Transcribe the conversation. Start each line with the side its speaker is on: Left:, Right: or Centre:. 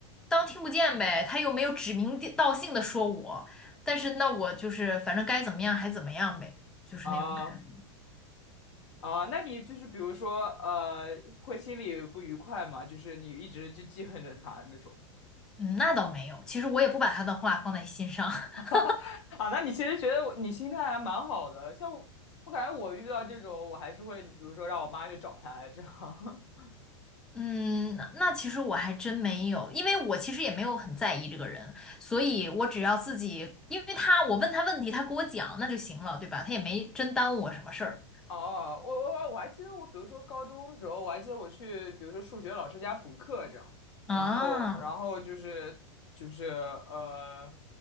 Centre: 当听不见呗，他又没有指名地道姓的说我，但是那我就是反正该怎么样还怎么样呗，就是那种感觉。
Left: 啊啊，那你就是比如说呃，会心里不愉快嘛？就是你一直就记恨着他那种。
Centre: 嗯，那倒没有。其实我也不把他的话放在心上。<laughs>
Left: <laughs> 啊，那你其实觉得你心态还蛮好的，像我，我感觉我遇到这种，我还是会就比如说让我妈去找他这样。<laughs>
Centre: 嗯，那那其实我还真没有，因为我其实也没有很在意这个人，所以我只要自己，因为他，我问他问题，他给我讲，那就行了，对吧？他也没真耽误我什么事儿
Left: 哦，我我我我还记得我，比如说高中的时候，我还记得我去，比如说数学老师家补课这样，
Centre: 啊。
Left: 然后然后就是就是呃，